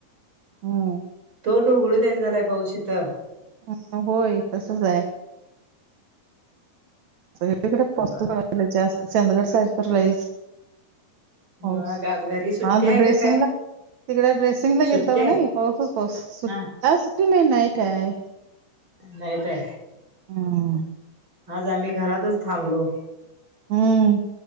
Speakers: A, on the right (about 55°); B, on the right (about 35°).
A: हम
B: तोड उघडू दे्यान झालाय पावशीथ
A: ह होय तसच आहे डेस्स्त
B: बर
A: चंदगड सा्रला हो
B: मग आज घरी सुट्टी
A: आ
B: आहे
A: ड्रेसिंगला
B: का काय
A: तिकडे ड्रेसिंग ला
B: सुट्टी
A: गेलत का
B: आहे
A: नाही पाऊसच पाऊस सुट्ट
B: हा
A: आ सुठे मन ये ठेय
B: नाहीेतय
A: हम
B: आज आम्ही घरातच थांबलो
A: हम्म